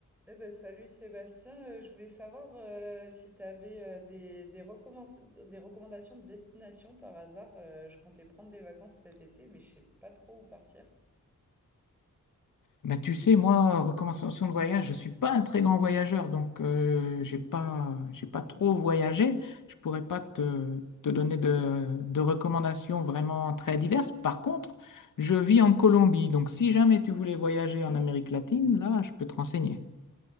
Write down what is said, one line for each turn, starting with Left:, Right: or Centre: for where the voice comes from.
Centre: Eh ben, salut Sébastien, Euh, je voulais savoir euh, si tu avais des, des, recommen- des recommandations de destination par hasard. Euh, je comptais prendre des vacances cet été, mais je sais pas trop où partir.
Left: Bah, tu sais, moi, recommandation de voyage, je suis pas un très grand voyageur, donc euh, j'ai pas, j'ai pas trop voyagé. Je pourrais pas te, te donner de, de recommandations vraiment très diverses. Par contre, je vis en Colombie, donc si jamais tu voulais voyager en Amérique latine, là, je peux te renseigner.